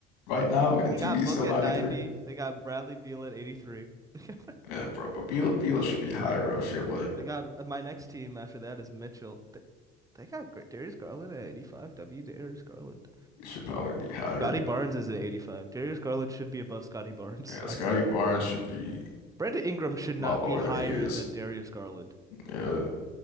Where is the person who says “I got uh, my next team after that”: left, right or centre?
Right